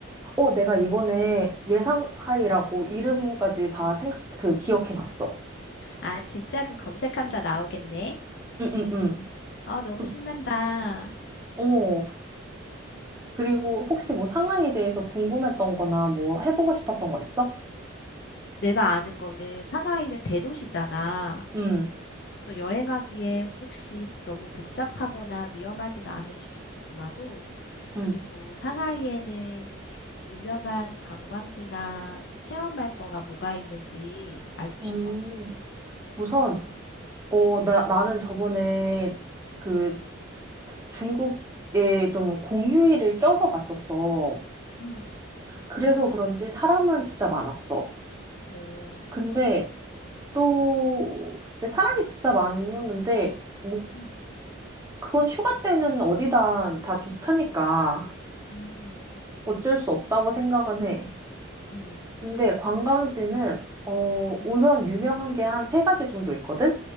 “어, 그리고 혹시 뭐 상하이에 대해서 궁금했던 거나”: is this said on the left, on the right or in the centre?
Right